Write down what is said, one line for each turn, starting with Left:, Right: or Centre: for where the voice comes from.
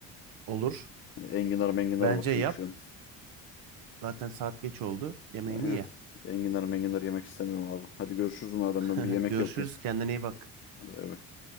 Right: Olur.
Left: Hani enginar menginar
Right: Bence
Left: var çünkü
Right: yap.
Left: şu an.
Right: Zaten saat geç oldu. Yemeğini
Left: Aynen.
Right: ye.
Left: Enginar menginar yemek istemiyorum abi. Hadi görüşürüz madem
Right: <laughs>
Left: ben bir yemek
Right: Görüşürüz.
Left: yapayım.
Right: Kendine iyi bak.
Left: Hadi bay bay.